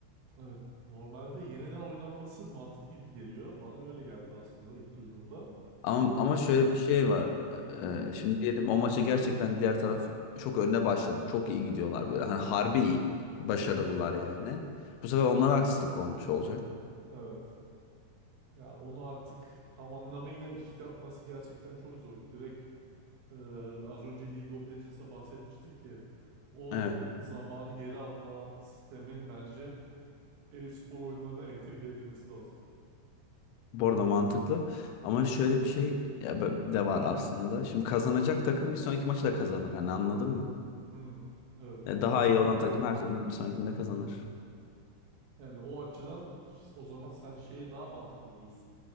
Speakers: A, on the right (about 80°); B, on the left (about 85°).
A: Evet, normalde yeniden oynanması mantıklı gibi geliyor. Bana öyle geldi aslında ilk duyduğumda.
B: Ama,
A: Ama
B: ama şöyle bir şey var.
A: ha,
B: Ee, şimdi diyelim o maça gerçekten diğer taraf çok önde başladı. Çok iyi gidiyorlar böyle. Hani harbi iyi, başarılılar
A: hı hı,
B: yani. Bu sefer onlara haksızlık olmuş olacak.
A: evet. Ya onu artık tam anlamıyla eşit yapması gerçekten çok zor. Direkt e, az önce League of Legends'a bahsetmiştik ki o
B: Evet.
A: zamanı geri alma sistemi bence e-spor oyunlarına entegre edilmesi lazım.
B: Bu arada mantıklı. Ama şöyle bir şey ya b- de var aslında. Şimdi kazanacak takım bir sonraki maçı da kazanır. Hani anladın mı?
A: Hı, evet.
B: Ya Daha iyi olan takım her türlü bir sonrakinde kazanır.
A: Yani o açıdan o zaman sen şeyi daha mantıklı buluyorsun.